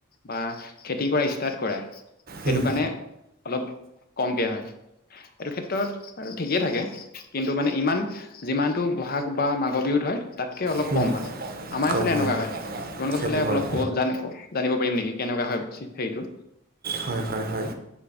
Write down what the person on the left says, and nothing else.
বা খেতি কৰা ষ্টাৰ্ট কৰে। সেইটো
কাৰণে অলপ কমকে হয় এইটো ক্ষেত্ৰত আৰু ঠিকেই থাকে কিন্তু মানে ইমান যিমানতটো বহাগ বা মাঘৰ বিহুত হয় তাত কে অলপ
কম হয় আমাৰ
ইফালে এনেকুৱা হয় তালোকৰ
ফালে
অলপ কব জান জানিব পাৰিম নেকি কেনেকুৱা হয় হেৰিটো